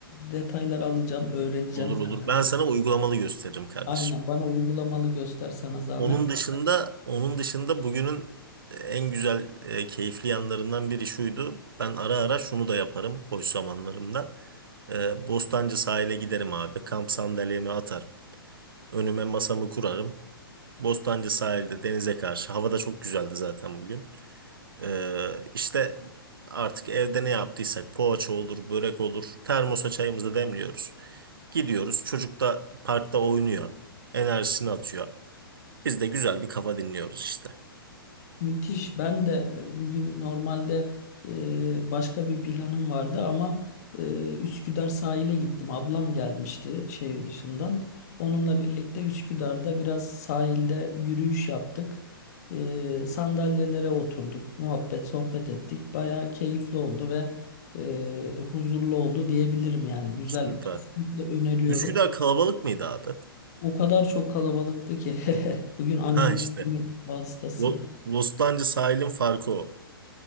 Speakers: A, on the left; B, on the right.
A: detaylar alacağım, öğreneceğim
B: Olur
A: senden.
B: olur. Ben
A: Bu-
B: sana uygulamalı gösteririm kardeşim.
A: Aynen bana uygulamalı göster sana zahmet.
B: Onun dışında onun dışında bugünün en güzel e, keyifli yanlarından biri şuydu. Ben ara ara şunu da yaparım boş zamanlarımda. E, Bostancı sahile giderim abi. Kamp sandalyemi atarım. Önüme masamı kurarım. Bostancı sahilde denize karşı. Hava da çok güzeldi zaten bugün. E, işte artık evde ne yaptıysak poğaça olur, börek olur. Termosa çayımızı demliyoruz. Gidiyoruz. Çocuk da parkta oynuyor. Enerjisini atıyor. Biz de güzel bir kafa dinliyoruz işte.
A: Müthiş. Ben de e, bugün normalde e, başka bir planım vardı ama e, Üsküdar sahile gittim. Ablam gelmişti şehir dışından. Onunla birlikte Üsküdar'da biraz sahilde yürüyüş yaptık. E, sandalyelere oturduk, muhabbet, sohbet ettik. Bayağı keyifli oldu ve e, huzurlu oldu diyebilirim yani. Güzel.
B: Süper.
A: Kesinlikle öneriyorum.
B: Üsküdar kalabalık mıydı abi?
A: O kadar çok kalabalıktı ki <laughs> bugün anneler
B: Ha işte.
A: günü vasıtası.
B: Lo- Bostancı sahilin farkı o.